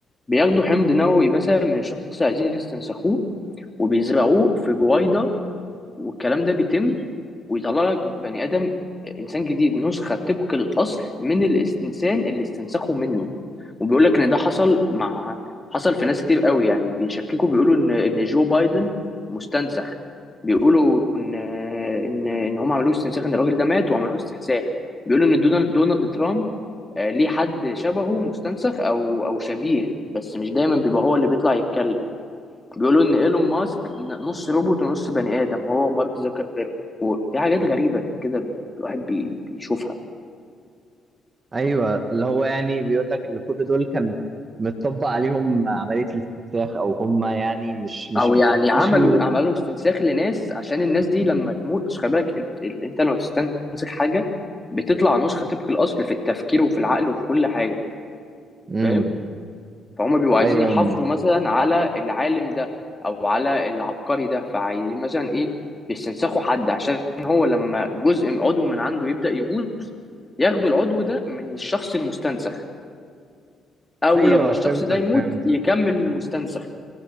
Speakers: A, on the left; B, on the right.
A: بياخدوا حمض نووي مثلا من شخص عايزين يستنسخوه وبيزرعوه في بويضة والكلام ده بيتم ويطلع لك بني آدم إنسان جديد نسخة طبق الأصل من الإنسان اللي استنسخه منه وبيقول لك إن ده حصل مع حصل في ناس كتير قوي يعني بيشككوا بيقولوا إن إن جو بايدن مستنسخ بيقولوا إن إن إن هم عملوه استنساخ إن الراجل ده مات وعملوه استنساخ بيقولوا إن دونالد دونالد ترامب آه، ليه حد شبهه مستنسخ أو أو شبيه بس مش دايما بيبقى هو اللي بيطلع يتكلم بيقولوا ان ايلون ماسك نص روبوت ونص بني ادم هو ومارك زكربيرج وفي حاجات غريبه كده الواحد بي- بيشوفها
B: ايوه اللي هو يعني بيقول لك ان كل دول كان متطبق عليهم عمليه الاستنساخ او هم يعني مش مش
A: او يعني عملوا
B: مش م...
A: عملوا استنساخ لناس عشان الناس دي لما تموت أصل خلي بالك ال... ال... انت لما بتستنسخ حاجه بتطلع نسخه طبق الاصل في التفكير وفي العقل وفي كل حاجه
B: مم.
A: فاهم فهم بيبقوا عايزين
B: ايوه
A: يحافظوا مثلا على العالم ده او على العبقري ده فعايزين مثلا ايه يستنسخوا حد عشان هو لما جزء عضو من عنده يبدا يبوظ ياخدوا العضو ده من الشخص المستنسخ او
B: ايوه
A: لما الشخص
B: فهمتك
A: ده يموت
B: فهمتك
A: يكمل المستنسخ